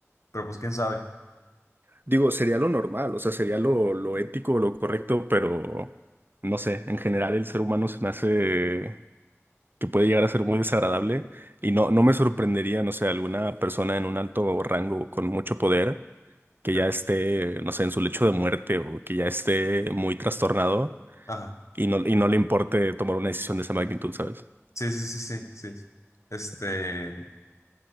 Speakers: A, on the left; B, on the right.
A: Pero pues, quién sabe.
B: Digo, sería lo normal, o sea, sería lo, lo ético, lo correcto, pero no sé, en general el ser humano se me hace que puede llegar a ser muy desagradable y no, no me sorprendería, no sé, alguna persona en un alto rango con mucho poder que
A: Sí.
B: ya esté, no sé, en su lecho de muerte o que ya esté muy trastornado
A: Ajá,
B: y no, y no le importe tomar una decisión de esa magnitud, ¿sabes?
A: sí, sí, sí, sí, sí. Este.